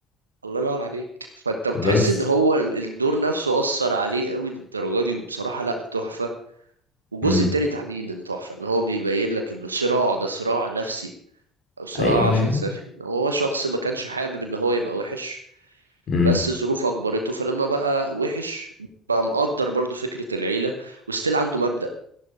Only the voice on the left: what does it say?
بس
امم
ايوه
ايوه
امم